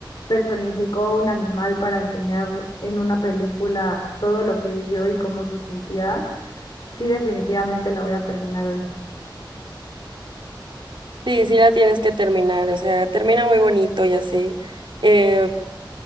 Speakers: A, on the left; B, on the right.
A: personificó un animal para enseñar en una película todo lo que vivió y cómo se sentía. Sí, definitivamente la voy a terminar hoy.
B: Sí, sí la tienes que terminar, o sea, termina muy bonito y así. eh,